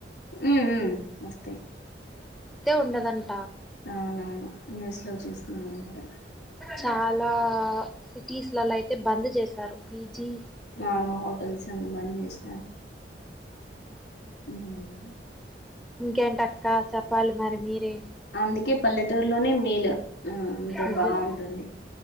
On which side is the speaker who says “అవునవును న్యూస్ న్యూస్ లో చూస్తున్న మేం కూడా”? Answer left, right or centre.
Left